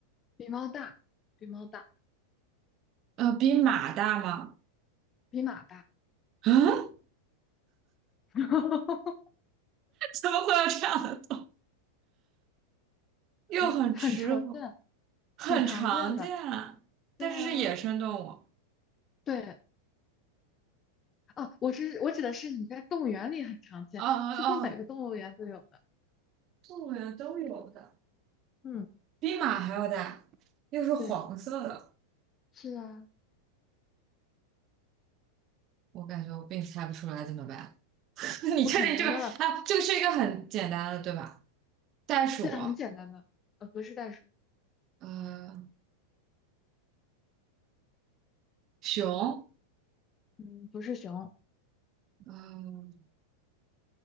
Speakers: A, on the left; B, on the right.
A: 比猫大，比猫大，
B: 呃，比马大吗？
A: 比马大，
B: <laughs> 啊，
A: <laughs>
B: 怎么会有这样的动物？又很吃苦，
A: 呃，很常见，
B: 很常见啊但是是野生动物。
A: 很常见的。对啊，对，哦，我是我指的是你在动物园里很常见，
B: 啊啊啊！
A: 几乎每个动物园都有的。
B: 动物园都有的，
A: 嗯，
B: 比马还要大，又是黄色的。
A: 对，是啊，
B: 我感觉我并猜不出来怎么办？<laughs> 你确定这个啊？
A: 不可能的。
B: 这个是一个很简单的，对吧？袋鼠，
A: 对啊，很简单的，呃，不是袋鼠，
B: 呃，熊，
A: 嗯，不是熊，
B: 呃，